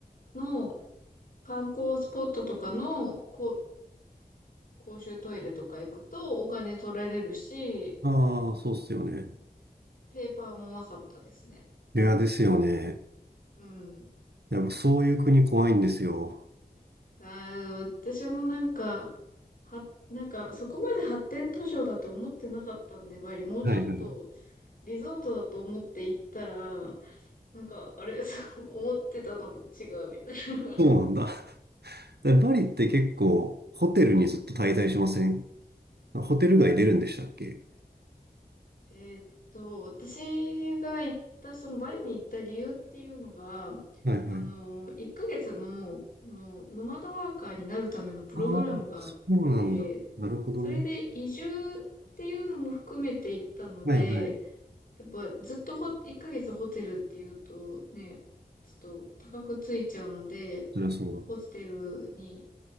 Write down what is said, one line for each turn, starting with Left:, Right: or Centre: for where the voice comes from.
Left: の観光スポットとかのこう公衆トイレとか行くとお金取られるし、
Right: ああ、そうっすよね。
Left: ペーパーもなかったですね。
Right: いや、ですよね。
Left: うん。
Right: やっぱそういう国怖いんですよ。
Left: あー、私もなんか、は、なんか、そこまで発展途上だと思ってなかったんで、バリ、もうちょっと
Right: はいはい。
Left: リゾートだと思って行ったら、なんか、あれ、<laughs> そう思ってたのと違うみたいな。<laughs>
Right: そうなんだ。でバリって結構ホテルにずっと滞在しませんホテル街出るんでしたっけ
Left: えーっと、私が行った、そのバリに行った理由っていうのが、
Right: はいはい。
Left: あの、1ヶ月の、あの、ノマドワーカーになるためのプログラムがあって、
Right: ああ、そうなんだ。なるほどね。
Left: それで移住っていうのも含めて行ったので、
Right: はいはい。
Left: やっぱずっとほ、1ヶ月ホテルっていうとね、ちょっと高くついちゃうので、
Right: そりゃそうだ。
Left: ホステルに